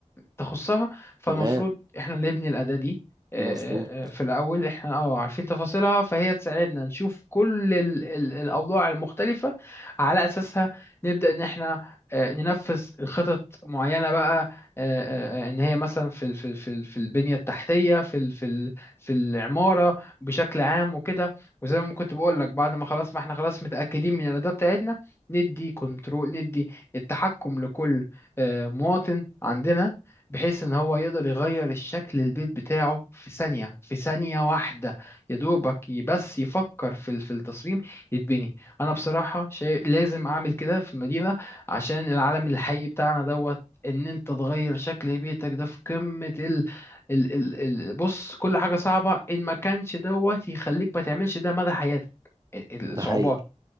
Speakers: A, on the left; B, on the right.
A: تخصها فالمفروض
B: تمام
A: احنا اللي نبني الأداة دي آه،
B: مظبوط
A: آه، آه، في الأول احنا اه عارفين تفاصيلها فهي تساعدنا نشوف كل ال ال الأوضاع المختلفة على أساسها نبدأ إن احنا آه، ننفذ خطط معينة بقى آه، آه، آه، إن هي مثلا في ال- في ال- في ال- في البنية التحتية في ال في ال في العمارة بشكل عام وكده وزي ما كنت بقول لك بعد ما خلاص ما احنا خلاص متأكدين من الأداة بتاعتنا ندي كنترول ندي التحكم لكل آه، مواطن عندنا بحيث ان هو يقدر يغير الشكل البيت بتاعه في ثانية في ثانية واحدة يا دوبك ي- بس يفكر في ال- في التصميم يتبني انا بصراحة شايف لازم اعمل كده في المدينة عشان العالم الحقيقي بتاعنا دوت ان انت تغير شكل بيتك ده في قمة ال ال ال ال بص كل حاجة صعبة ان ما كانش دوت يخليك ما تعملش ده مدى حياتك ال- ال-
B: ده
A: الصعوبات
B: حقيقي